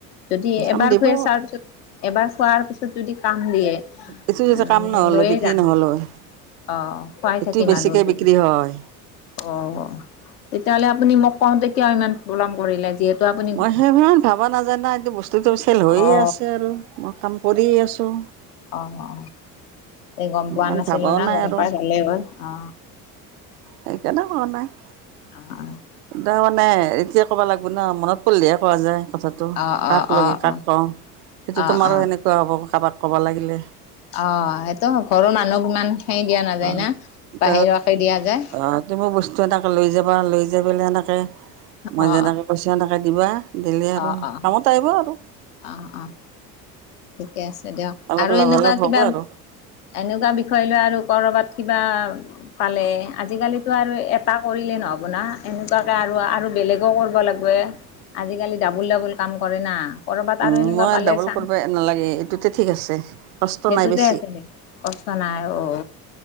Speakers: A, on the left (about 80°); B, on the right (about 75°).
A: যদি
B: কাম
A: এবাৰ
B: দিব
A: শ চাৰ পিছত এবাৰ খোৱাৰ পিছত যদি ক দিয়ে
B: এইটো যাতে
A: উম মানে
B: কাম নহ'ল
A: লৈ
B: হয় বিক্ৰী
A: যাম।
B: নহ'ল হয়
A: অ খাই
B: এইটো
A: থাকিম
B: বেছিকৈ
A: আৰু য
B: বিক্ৰী হয়
A: অ তেতিয়াহ'লে আপুনি মোক কওঁতেতিও ইমান পলম কৰিলে যিহেতু আপু
B: মই সেইবে ভবা নাজানা এইটো বস্তুটো চেল হৈয়ে
A: অ
B: আছে আৰু মই কাম কৰিয়ে আছোঁ
A: অ অ। এই গম
B: ইমান
A: পোৱা নাছিলো
B: ভাবাও
A: না
B: নাই
A: গম
B: আৰু
A: পাই ভালেই হ'ল অ।
B: সেইকাৰণে হোৱা নাই।
A: অ', অ',
B: তাৰ মানে এতিয়া ক'বা লাগিবো ন মনত পৰিলেহে কোৱা যায়। কথাটো
A: অ',
B: কাক লগি
A: অ',
B: কাক
A: অ',
B: কওঁ সেইটো
A: অ',
B: তোমাৰো
A: অ',
B: সেনেকুৱা হ'ব কাৰোবাক ক'বা লাগিলে।
A: অ এইটো ঘৰৰ মানুহক ইমান সেইৰি দিয়া নাযায়
B: অ',
A: না। বাহিৰকে
B: ত
A: দিয়া যায়
B: অ তুমি বস্তু এটাক লৈ যাবা লৈ যা সেনেকে মই
A: অ',
B: যেনেকৈ কৈছোঁ সেনেকে দিবা। দিলে আৰু
A: অ', অ',
B: কামত আহিব আৰু।
A: অ', অ', ঠিকে আছে দিয়ক
B: অলপ
A: আৰু
B: লাভালাভ
A: এনেকুৱা
B: হ'ব
A: কিবা
B: আৰু।
A: এনেকুৱা বিষয় লৈ আৰু কৰবাত কিবা পালে আজিকালিতো আৰু এটা কৰিলেই নহ'ব না এনেকুৱাকে আৰু আৰু বেলেগো কৰিব লাগিব আজিকালি ডাবুল ডাবল কাম কৰে না। কৰ'ৰবাত
B: উম,
A: আৰু এনেকুৱা
B: মই
A: পালে
B: ডাবল
A: চাম।
B: কৰিব নালাগে এইটোতে ঠিক আছে কষ্ট
A: সেইটোতে
B: নাই বেছি।
A: আছে নে কষ্ট নাই আৰু।